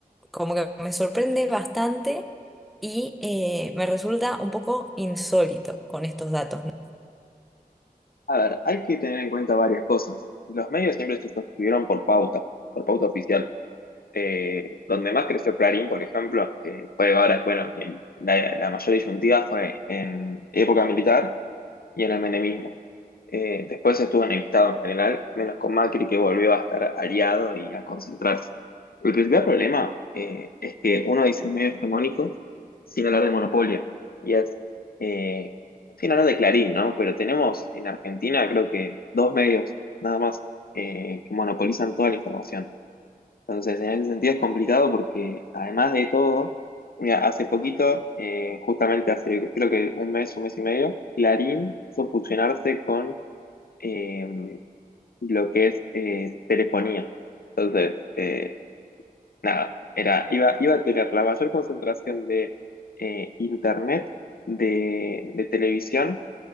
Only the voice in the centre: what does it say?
como que me sorprende bastante y eh, me resulta un poco insólito con estos datos, ¿no?